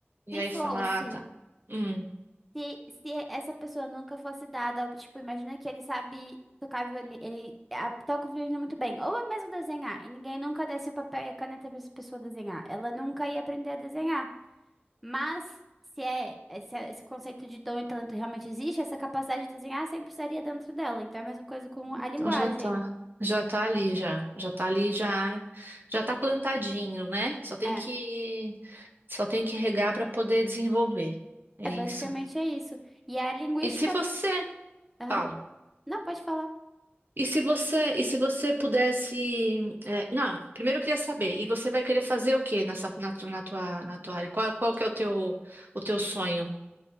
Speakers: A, on the right; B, in the centre.
A: e
B: se
A: aí
B: fosse
A: fala, ah, tá. Hum,
B: Se, se essa pessoa nunca fosse dada, tipo, imagina que ele sabe tocar violino, ele ah, toca o violino muito bem, ou é mesmo desenhar, e ninguém nunca desse o papel e a caneta para essa pessoa desenhar. Ela nunca ia aprender a desenhar. Mas se é se é- esse conceito de dom e talento realmente existe, essa capacidade de desenhar sempre estaria dentro dela. Então é a mesma coisa com a
A: então
B: linguagem.
A: já tá. Já tá ali, já. Já tá ali, já. Já tá plantadinho, né? Só tem
B: É,
A: que. Só tem que regar para poder desenvolver. É
B: é
A: isso.
B: basicamente é isso. E a linguística,
A: E se você.
B: aham.
A: fala
B: Não, pode falar.
A: E se você, e se você pudesse, é, não, primeiro eu queria saber, e você vai querer fazer o quê nessa, na, tu- na tua, na tua área? Qual, qual que é o teu, o teu sonho?